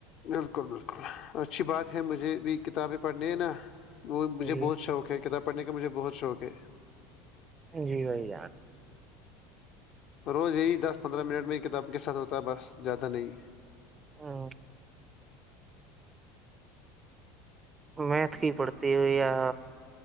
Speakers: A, on the left; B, on the right.
A: بالکل بالکل اچھی بات ہے مجھے بھی کتابیں پڑھنے ہے نا وہ مجھے
B: جی
A: بہت شوق ہے کتاب پڑھنے کا مجھے بہت شوق ہے
B: جی وہی ات
A: روز یہی دس پندرہ منٹ میں یہ کتاب کے ساتھ ہوتا ہے بس زیادہ نہیں ہے
B: ہاں میتھ کی پڑھتے ہو یا